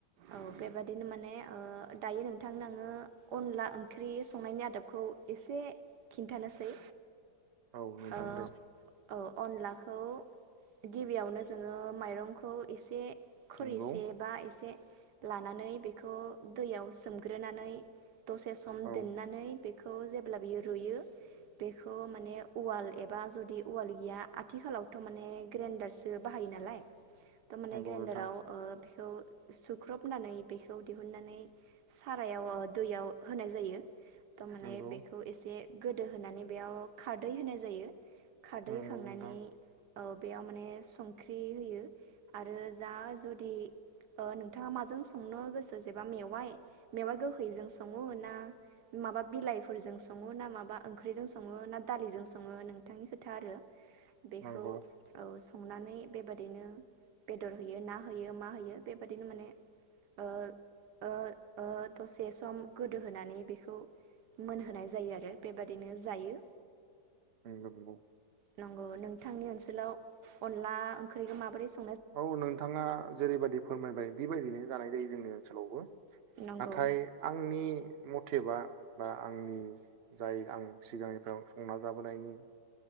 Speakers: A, on the right (about 65°); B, on the right (about 85°).
A: औ बेबादिनो माने दायो नोंथांनो आङो अनला ओंख्रि संनायनि आदबखौ एसे खिन्थानोसै
B: औ नोंथां
A: ओ
B: दे
A: औ अनलाखौ गिबियावनो जोङो माइरंखौ एसे खुरैसे
B: नंगौ
A: बा एसे लानानै बेखौ दैयाव सोमग्रोनानै दसे सम
B: औ
A: दोननानै बेखौ जेब्ला बियो रुयो बेखौ माने उवाल एबा जुदि उवाल गैया आथिखालावथ' माने ग्रेन्डारसो बाहायो नालाय थ' माने
B: नंगौ
A: ग्रेनदाराव
B: नोंथां
A: बेखौ सुख्रबनानै बेखौ दिहुननानै सारायाव दैयाव होनाय जायो थ' थारमाने
B: नंगौ
A: बेखौ एसे गोदो होनानै बेयाव खारदै होनाय जायो खारदै
B: नंगौ
A: होखांनानै
B: नोंथां
A: औ बेयाव माने संख्रि होयो आरो जा जुद दि ओ नोंथाङा माजों संनो गोसो जेबा मेवाइ मेवाय गोखैजों सङो ना माबा बिलाइफोरजों सङो ना माबा ओंख्रिजों सङो ना दालिजों सङो नोंथांनि खोथा आरो बेखौ
B: नंगौ
A: संनानै बेबादिनो बेदर होयोना होयो मा होयो बेबादिनो माने ओ ओ ओ दसे सम गोदो होनानै बेखौ मोनहोनाय जायो आरो बेबायादिनो जायो
B: नोंगौ नोंगौ
A: नंगौ नोंथांनि ओनसोलाव अनला ओंख्रिखौ माबोरै स
B: औ नोंथाङा जेरैबायादि फोरमायबाय बेबायदिनो जानाय जायो जोंनि ओनसोलावबो
A: नंगौ
B: नाथाय आंनि मथ थेबा बा आंनि जाय आं सिगांनिफ्राय संना जाबोनायनि